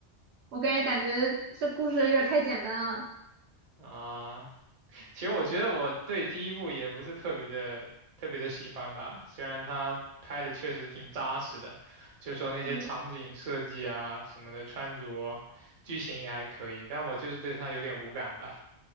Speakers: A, on the right (about 75°); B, on the right (about 45°).
A: 我个人感觉这故事有点太简单了，
B: 啊。其实我觉得我对第一部也不是特别的特别的喜欢吧，虽然它拍的确实挺扎实的，就是说那些场景设计啊什么的穿着，
A: 嗯。
B: 剧情也还可以，但我就是对它有点无感吧。